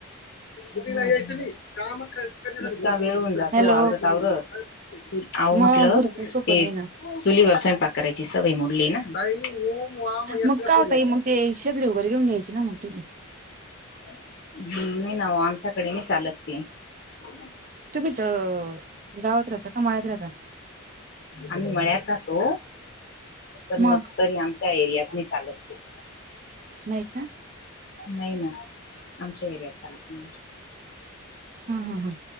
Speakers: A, on the left; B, on the right.
A: नुसता वेळून जातो
B: हॅलो
A: आवरतं आवरतं. <inaudible> अहो म्हटलं
B: मग भरपूर सोपं
A: ते.
B: नाही ना
A: चुलीवर स्वयंपाक करायची सवय मोडली ना, बाई ओ मा यस
B: मग
A: सुरु
B: काय होता
A: झाला
B: मग
A: आता.
B: ते शेगडी वगैरे घेऊ घ्यायची ना मग तुम्ही?
A: हम्म नाही ना आमच्याकडे नाही चालत ती. हम्म
B: तुम्ही तर गावात राहता का माळ्यात राहता?
A: आम्ही मळ्यात राहतो पण
B: मग
A: तरी आमच्या एरियात नाही चालत ते.
B: नाही का?
A: नाही ना आमच्या एरियात चालत नाही.
B: हम ह ह